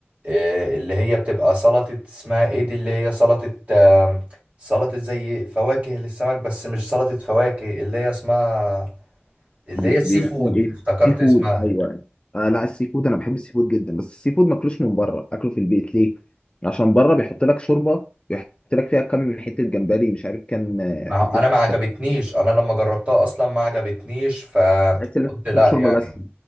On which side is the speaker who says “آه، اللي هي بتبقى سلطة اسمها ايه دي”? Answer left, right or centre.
Right